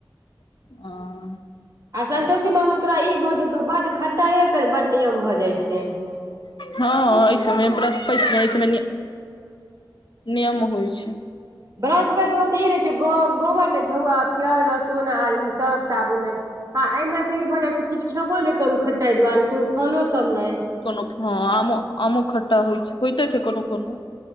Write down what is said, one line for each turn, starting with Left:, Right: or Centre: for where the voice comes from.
Left: ह
Right: आ सन्तोषी मा तोरा ई भऽ जेतौ बड खटाइे के बड नियम भऽ जाय छै
Left: हँ ऐयसमेय ब्रस्पैत् में अई समय नियम होइ छै
Right: बृहस्पति मे तऽ ई रहे छै गोबर ने छुउ आ प्याज लहसुन आ ई सरफ साबुन आ ऐ मे त ई भऽ जाय छै किछ खेबो नहि करु खटटा दुआरे कोनो फलो सब ने
Left: कोनो हँ ओ आमो आमों खट्टा होइ छै कोनो कोनो